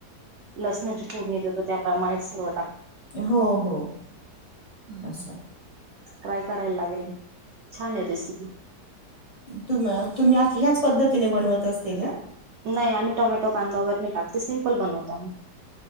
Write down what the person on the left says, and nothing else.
हो हो
असं
तुम् तुम्ही ह्याच पद्धतीने बनवत असतील ना